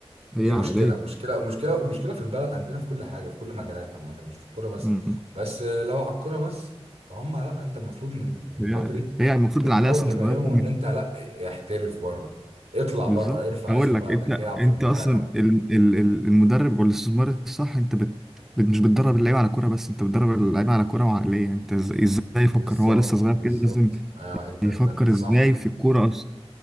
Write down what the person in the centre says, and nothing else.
هي عقلية
مم.
هي
عقلية هي المفروض
العقلية أصلا
تتغير
بالظبط
هقول
لك
انت
انت
اصلا ال- ال- ال- المدرب والاستثمار الصح انت بت... بت... مش بتدرب اللعيبه على كوره بس انت بتدرب اللعيبه على كوره وعقليه انت إز- ازاي يفكر
هو لسه صغير
كده لازم
يفكر
ازاي
في الكوره اصلا